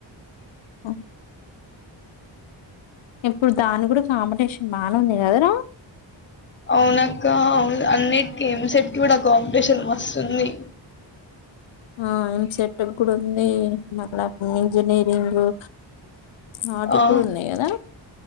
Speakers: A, on the left (about 80°); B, on the left (about 25°).
A: అ ఇప్పుడు దాని కూడా కాంపిటీషన్ బానే ఉంది కదరా
B: అవునక్క అవును అన్నిటికీ ఎం సెట్కి కూడా కాంపిటీషన్ మస్తు ఉంది.
A: ఆ ఎంసెట్ కి కూడా ఉంది మళ్ళా ఇంజనీరింగు వాటికి
B: ఆ
A: కూడా ఉన్నాయి కదా